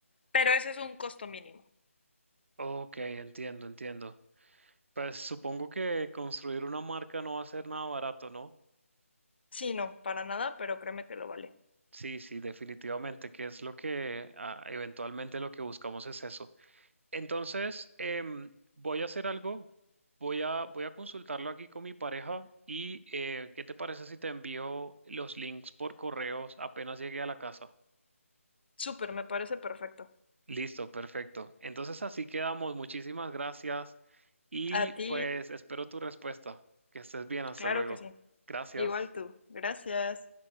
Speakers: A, on the left; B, on the right.
A: Pero ese es un costo mínimo.
B: Ok, entiendo, entiendo. Pues supongo que construir una marca no va a ser nada barato, ¿no?
A: Sí, no, para nada, pero créeme que lo vale.
B: Sí, sí, definitivamente, que es lo que ah, eventualmente lo que buscamos es eso. Entonces, em, voy a hacer algo, voy a, voy a consultarlo aquí con mi pareja y eh, ¿qué te parece si te envío los links por correos apenas llegue a la casa?
A: Súper, me parece perfecto.
B: Listo, perfecto. Entonces así quedamos. Muchísimas gracias y
A: A ti,
B: pues espero tu respuesta. Que estés bien, hasta
A: claro
B: luego.
A: que sí.
B: Gracias.
A: Igual tú. Gracias.